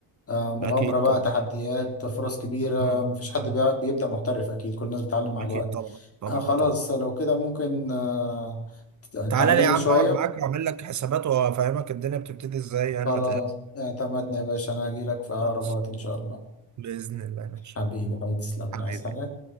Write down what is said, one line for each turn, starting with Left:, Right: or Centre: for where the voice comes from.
Left: آه مغامرة
Right: اكيد
Left: بقى
Right: طبعا
Left: تحديات فرص كبيرة
Right: مم.
Left: مفيش حد
Right: مم.
Left: بي- بيبدأ محترف اكيد كل الناس بتتعلم مع
Right: اكيد
Left: الوقت
Right: طبعا طبعا
Left: آه خلاص
Right: طبعا
Left: لو كده ممكن آه ت-
Right: تعالى
Left: تعلمني
Right: لي يا عم
Left: شوية
Right: اقعد معاك واعمل لك حسابات وافهمك الدنيا بتبتدي ازاي يعني
Left: خلاص
Right: ما
Left: اعتمدنا يا باشا انا هجيلك في اقرب
Right: تقلقش
Left: وقت ان شاء الله
Right: باذن الله ماشي
Left: حبيبي حبيبي تسلم
Right: حبيبي
Left: عايز حاجة